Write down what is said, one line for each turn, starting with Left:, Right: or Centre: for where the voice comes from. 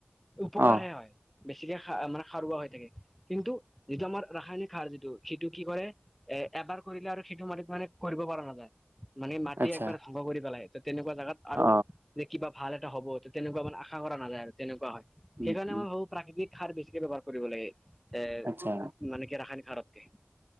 Centre: উপকাৰহে
Right: অ
Centre: হয়। বেছিকে খা মানে সাৰুৱা হৈ থাকে কিন্তু যিটো আমাৰ ৰাসায়নিক সাৰ যিটো সেইটো কি কৰে এ এবাৰ কৰিলে আৰু সেইটো মালিত মানে কৰিব পৰা নাযায়। মানে মাটি
Right: আচ্ছা
Centre: একবাৰে ধ্বংস কৰি পেলাই তেনেকুৱা জাগাত আৰু
Right: অ
Centre: যে কিবা ভাল এটা হ'ব তেনেকুৱা মানে আশা কৰা নাযায় আৰু তেনেকুৱা হয়
Right: উম
Centre: সেইকাৰণে
Right: উম
Centre: মই ভাবো প্ৰাকৃতিক সাৰ বেছিকে ব্যৱহাৰ কৰিব লাগে এ
Right: আচ্ছা
Centre: মানে কি ৰাসায়নিক সাৰতকে